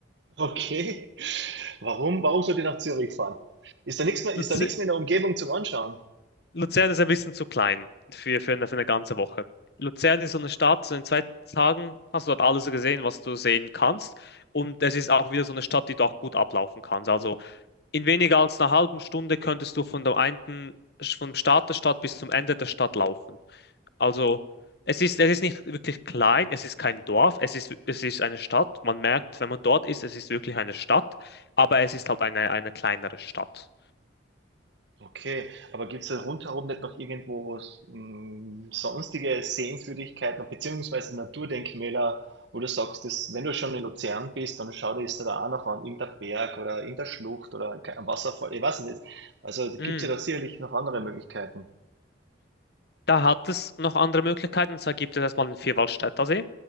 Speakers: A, on the right; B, on the left.
A: Okay. Warum, warum sollt ihr nach Zürich fahren? Ist da nichts mehr, ist
B: Luzi-
A: da nichts mehr in der Umgebung zum Anschauen?
B: Luzern ist ein bisschen zu klein für, für eine, für eine ganze Woche. Luzern ist so eine Stadt, so in zwei Tagen hast du dort alles gesehen, was du sehen kannst. Und es ist auch wieder so eine Stadt, die du auch gut ablaufen kannst. Also in weniger als einer halben Stunde könntest du von der einen, vom Start der Stadt bis zum Ende der Stadt laufen. Also es ist, es ist nicht wirklich klein, es ist kein Dorf, es ist, es ist eine Stadt. Man merkt, wenn man dort ist, es ist wirklich eine Stadt, aber es ist halt eine, eine kleinere Stadt.
A: Okay, aber gibt es da rundherum nicht noch irgendwo was, mm, sonstige Sehenswürdigkeiten beziehungsweise Naturdenkmäler, wo du sagst, dass, wenn du schon in Luzern bist, dann schau dir das da auch noch an, irgendein Berg oder irgendeine Schlucht oder ein ein Wasserfall, ich weiß es nicht. Also
B: Mm.
A: gibt es ja da sicherlich noch andere Möglichkeiten.
B: Da hat es noch andere Möglichkeiten, und zwar gibt es erstmal den Vierwaldstätter See.